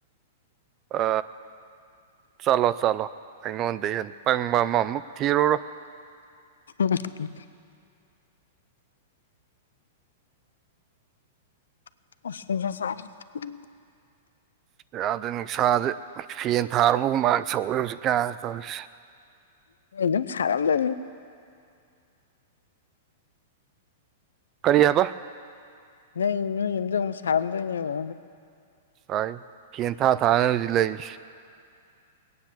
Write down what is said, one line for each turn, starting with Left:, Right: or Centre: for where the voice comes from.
Right: ꯑ ꯆꯂꯣ ꯆꯂꯣ ꯑꯩꯉꯣꯟꯗ ꯍꯟꯅ ꯄꯪꯕ ꯑꯃꯃꯨꯛ ꯊꯤꯔꯨꯔꯣ
Left: ꯍ <inaudible> ꯔꯦ <unintelligible>
Right: ꯌꯥꯗ ꯅꯨꯡꯁꯥꯗ ꯐꯦꯟ ꯊꯥꯔꯔꯕꯒꯨꯝ ꯃꯥ ꯁꯧꯋꯦ ꯍꯧꯖꯤꯛ ꯀꯌꯥ ꯇꯧꯔꯤꯁꯦ
Left: ꯝ ꯁꯔꯝꯗ
Right: ꯀꯔꯤꯍꯕ
Left: ꯅ ꯅꯣꯏ ꯏꯗꯨꯛ ꯁꯥꯔꯝꯗꯣꯏꯅꯦꯕ
Right: ꯁꯥꯏ ꯀꯦ ꯊꯥ ꯊꯥꯅꯖ ꯂꯣꯏꯁ